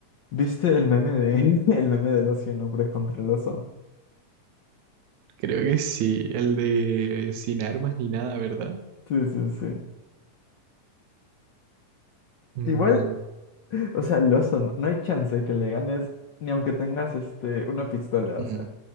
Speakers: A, on the left (about 70°); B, on the right (about 70°).
A: ¿Viste el meme de <laughs> el meme del oso y el hombre contra el oso?
B: Creo que sí, el de sin armas ni nada, ¿verdad?
A: Sí, sí, sí.
B: Mm,
A: Igual <laughs> O sea, el oso, no, no hay chance que le ganes, ni aunque tengas este, una pistola.
B: mm,
A: O sea,